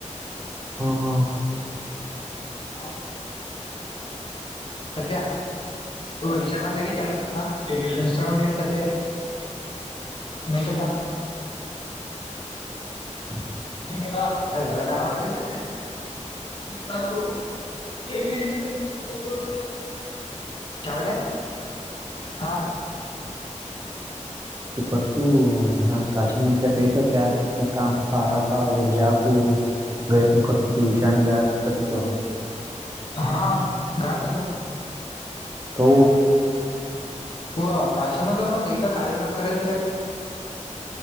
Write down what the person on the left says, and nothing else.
ಹೌ ಸ ಕ ಇನ್ಸ್ಟಾಗ್ರಾಮದ ಚ ಹ ಇಸ್ಟಾಗ್ರಾಮಿ ಚತ ಮ ಕದ
ಚಾವ ಕನ್ ಮಾಡಾರಲ್ಲಜ ಹ ಕ ಬಲ ಹಾ
ಹಾ ಗತತ
ಹಓ ಕಾಶಮರ ಲ ನ ಕ ಈ ಕ ಕಾರ್ಯಕ್ರಮ ಕತ